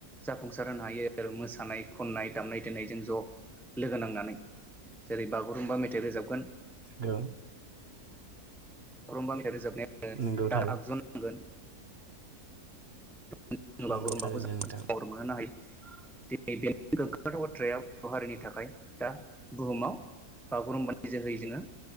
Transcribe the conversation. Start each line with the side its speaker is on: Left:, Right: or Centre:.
Centre: जाफुंसार होनो हायो मोसानाय खननाय दामनाय देनायजों ज' लोगो नांनानै जेरै बागुरुम्बा मेथाइ रोजाबगोन
Right: गो
Centre: रुमबां‌ मेथाइ रोजाब <unintelligible>
Right: नंगौ
Centre: दाम
Right: थारै
Centre: आगजु नांगोन। बे बागुरुम्बाखौ
Right: नंगौ थारैनो
Centre: जों
Right: नोंथां
Centre: महर मोनहोनो हायो। बेनि गोग्गाथाव बाथ्राया बर‌' हारिनि थाखाय दा बुहुमाव बागुरुम्बानि जोहै जोङो